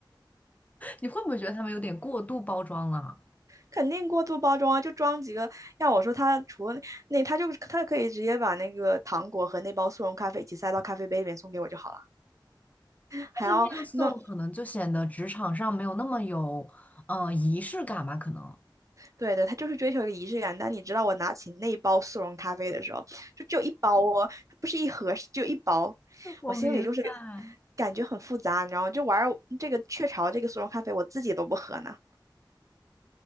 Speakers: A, on the left; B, on the right.
A: 你会不会觉得他们有点过度包装了？
B: 肯定过度包装啊，就装几个。要我说，他除了那，他就他可以直接把那个糖果和那包速溶咖啡一起塞到咖啡杯里面送给我就好了，还要弄
A: 但是那样送可能就显得职场上没有那么有，呃，仪式感吧？可能
B: 对对，他就是追求一个仪式感。但你知道，我拿起那一包速溶咖啡的时候，就只有一包哦，它不是一盒，是只有一包，
A: <laughs> 我明白。
B: 我心里就是感觉很复杂，你知道吗？就玩儿这个雀巢这个速溶咖啡，我自己都不喝呢。